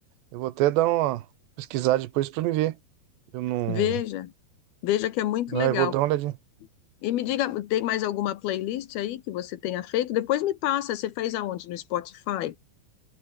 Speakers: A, on the right; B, on the left.
A: Eu vou até dar uma pesquisada depois pra me ver. Eu não.
B: Veja, veja que é muito
A: Não,
B: legal.
A: eu vou dar uma olhadinha.
B: E me diga, tem mais alguma playlist aí que você tenha feito? Depois me passa, você fez aonde? No Spotify?